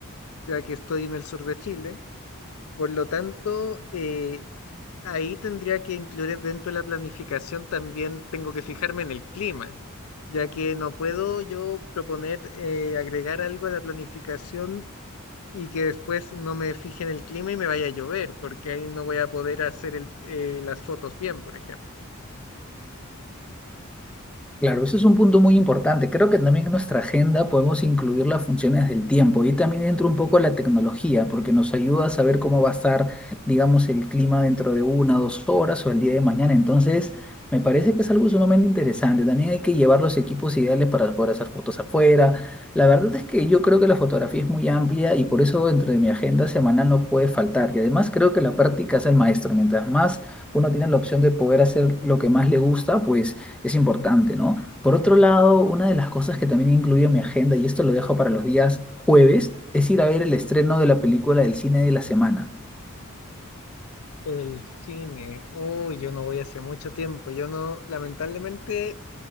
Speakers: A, on the left; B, in the centre.
A: ya que estoy en el sur de Chile. Por lo tanto, eh, ahí tendría que incluir dentro de la planificación también tengo que fijarme en el clima, ya que no puedo yo proponer eh, agregar algo a la planificación y que después no me fije en el clima y me vaya a llover, porque ahí no voy a poder hacer el- eh, las fotos bien, por ejemplo.
B: Claro, ese es un punto muy importante. Creo que también en nuestra agenda podemos incluir las funciones del tiempo y también entra un poco la tecnología, porque nos ayuda a saber cómo va a estar, digamos, el clima dentro de una, dos horas o el día de mañana. Entonces, me parece que es algo sumamente interesante. También hay que llevar los equipos ideales para poder hacer fotos afuera. La verdad es que yo creo que la fotografía es muy amplia y por eso dentro de mi agenda semanal no puede faltar. Y además creo que la práctica es el maestro. Mientras más uno tiene la opción de poder hacer lo que más le gusta, pues es importante, ¿no? Por otro lado, una de las cosas que también incluyo en mi agenda, y esto lo dejo para los días jueves, es ir a ver el estreno de la película del cine de la semana.
A: El cine, uy, yo no voy hace mucho tiempo, yo no, lamentablemente,